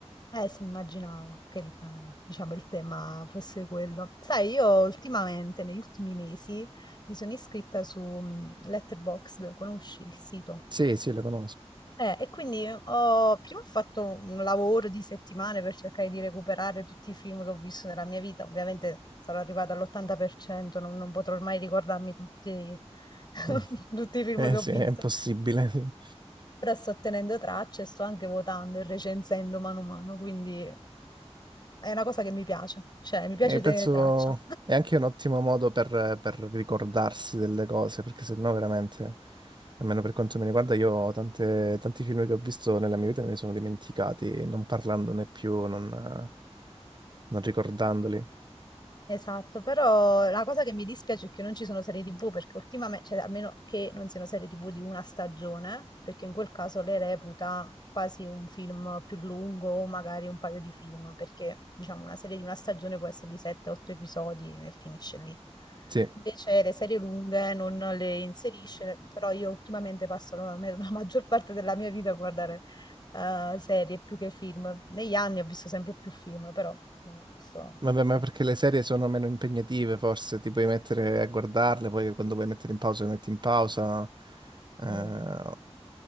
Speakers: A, on the left; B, on the right.
A: Eh, sì, immaginavo che il, eh, diciamo, il tema fosse quello. Sai, io ultimamente, negli ultimi mesi, mi sono iscritta su mm, Letterboxd, conosci il sito?
B: Sì, sì, lo conosco.
A: Eh, e quindi ho, prima ho fatto un lavoro di settimane per cercare di recuperare tutti i film che ho visto nella mia vita. Ovviamente sarò arrivata all'80%, non, non potrò mai ricordarmi tutti, <laughs>
B: Mm.
A: tutti i film
B: Eh
A: che ho
B: sì,
A: visto.
B: è impossibile. sì.
A: Ora sto tenendo traccia e sto anche votando e recensendo mano a mano, quindi è una cosa che mi piace, cioè mi piace
B: E
A: tenere
B: penso
A: traccia.
B: è anche un ottimo modo per, per ricordarsi delle cose, perché sennò veramente, almeno per quanto mi riguarda, io ho tante- tanti film che ho visto nella mia vita e me li sono dimenticati, non parlandone più, non, non ricordandoli.
A: Esatto, però la cosa che mi dispiace è che non ci sono serie TV perché ultimamente, cioè almeno che non siano serie TV di una stagione, perché in quel caso le reputa quasi un film più lungo o magari un paio di film, perché diciamo una serie di una stagione può essere di 7-8 episodi e finisce lì.
B: Sì.
A: Invece le serie lunghe non le inserisce, però io ultimamente passo la, me- la maggior parte della mia vita a guardare eh, serie più che film. Negli anni ho visto sempre più film, però ultimamente sto...
B: Vabbè, ma
A: sto-
B: perché le serie sono meno impegnative, forse ti puoi mettere a guardarle, poi quando vuoi mettere in pausa, le metti in pausa. Eh,
A: sì.